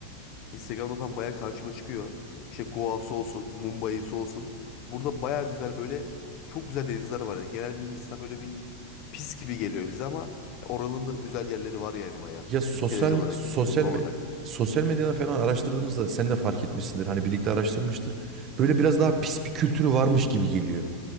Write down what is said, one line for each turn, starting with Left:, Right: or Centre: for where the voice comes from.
Left: Instagram'da falan baya karşıma çıkıyor. İşte Goa'sı olsun, Mumbai'si olsun. Burada baya güzel böyle çok güzel denizler var. Yani genel bir Hindistan böyle bir pis gibi geliyor bize ama oranın da güzel yerleri var yani baya.
Right: Ya sosyal
Left: Plaj olarak,
Right: me- sosyal
Left: yüz, yüzme
Right: me-
Left: olarak.
Right: sosyal medyadan falan araştırdığımızda sen de fark etmişsindir. Hani birlikte araştırmıştık. Böyle biraz daha pis bir kültürü varmış gibi geliyor.